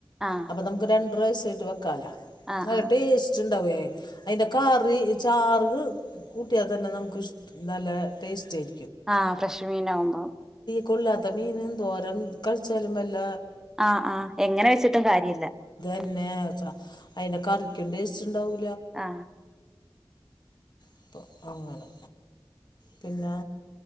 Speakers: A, in the centre; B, on the left.
A: ആഹ്
B: അപ്പൊ നമുക്ക് രണ്ടാ പ്രാവശ്യം യിട്ട് വെക്കാല
A: ആഹ് ആഹ്
B: നല്ല
A: ആഹ്
B: ടേസ്റ്റ് ണ്ട് അതിന്റെ കറി ചാറ് കൂട്ടിയാ തന്നെ നമുക്ക് ഇഷ് നല്ല ടേസ്‌റ്റേയി
A: ആ ഫ്രഷ് മീനാവുമ്പോ
B: കുല്ലാത്ത മീനെന്തോരം കഴിച്ചാലും വല്ല
A: ആ ആ എങ്ങനെ വെച്ചിട്ടും കാര്യല്ല ഇല്ല
B: പിന്നെ അയിന്റെ കറിക്കും ടേസ്റ്റ്ണ്ടാവൂ
A: ആ
B: അപ്പൊ അങ്ങനെ പിന്നാ